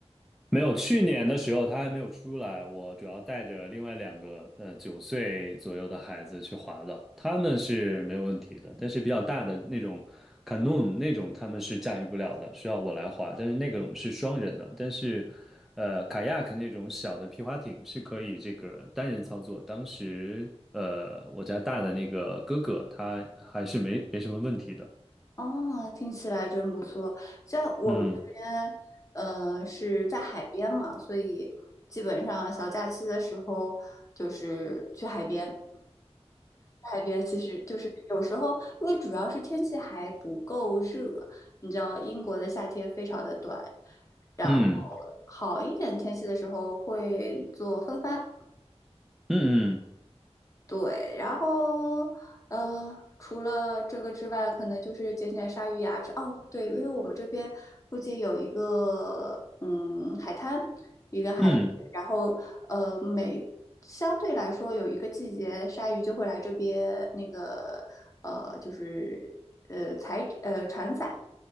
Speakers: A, in the centre; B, on the left (about 30°).
A: 没有，去年的时候他还没有出来，我主要带着另外两个呃九岁左右的孩子去滑的，他们是没有问题的，但是比较大的那种 canoe 那种他们是驾驭不了的，需要我来滑，但是那种是双人的，但是呃 kayak 那种小的皮划艇是可以这个单人操作，当时呃我家大的那个哥哥他还是没没什么问题的，
B: 哦，听起来真不错。像我们这边，
A: 嗯
B: 呃，是在海边嘛，所以基本上小假期的时候就是去海边。海边其实就是有时候，因为主要是天气还不够热，你知道英国的夏天非常的短，然后
A: 嗯
B: 好一点天气的时候会做风帆，
A: 嗯
B: 对，然后呃，除了这个之外，可能就是捡捡鲨鱼牙齿。哦，对，因为我们这边附近有一个嗯海滩，一个海域，
A: 嗯
B: 然后呃每相对来说有一个季节，鲨鱼就会来这边那个呃就是呃采呃船仔，